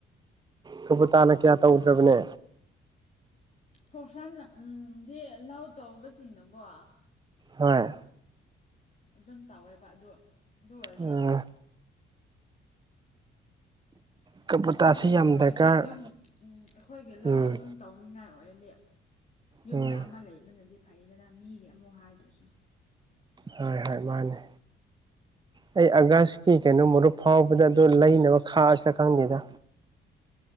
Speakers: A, on the right (about 20°); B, on the left (about 35°).
A: ꯊꯕꯨꯇꯥꯥꯅ ꯀꯌꯥ ꯇꯧꯗ꯭ꯔꯕꯅꯦ
B: ꯐꯣꯔꯁꯟꯅ ꯎꯝ ꯗꯤ ꯂꯧ ꯆꯧꯕꯁꯤꯡꯅꯀꯣ
A: ꯍꯣꯏ
B: ꯑꯗꯨꯝ ꯇꯧꯋꯦꯕ ꯑꯗꯨ ꯑꯗꯨ ꯑꯣꯏꯔꯁꯨ
A: ꯎꯝ ꯀꯕꯨꯇꯥꯁꯤ
B: ꯑꯩꯈꯣꯏꯒꯤ
A: ꯌꯥꯝ
B: ꯑꯣꯏꯔꯗꯤ
A: ꯗꯔꯀꯥꯔ
B: ꯑꯗꯨꯝ ꯎꯝ ꯑꯩꯈꯣꯏꯒꯤ ꯂꯧ
A: ꯎꯝ
B: ꯑꯗꯨꯝ ꯇꯧꯅꯤꯡꯉꯥꯏ ꯑꯣꯏꯔꯗꯤ ꯌꯨꯝꯗ
A: ꯎꯝ
B: ꯑꯃ ꯂꯩꯕꯅꯗꯤ ꯐꯩꯗꯅ ꯃꯤꯒꯤ ꯑꯃꯨꯛ ꯍꯥꯏꯗ꯭ꯔꯁꯨ
A: ꯍꯣꯏ ꯍꯣꯏ ꯃꯥꯟꯅꯦ ꯑꯩ ꯑꯥꯒꯁꯀꯤ ꯀꯩꯅꯣ ꯃꯔꯨꯞ ꯐꯥꯎꯕꯗ ꯑꯗꯨ ꯂꯩꯅꯕ ꯈꯥꯛꯑꯁꯤꯔ ꯈꯪꯗꯦꯗ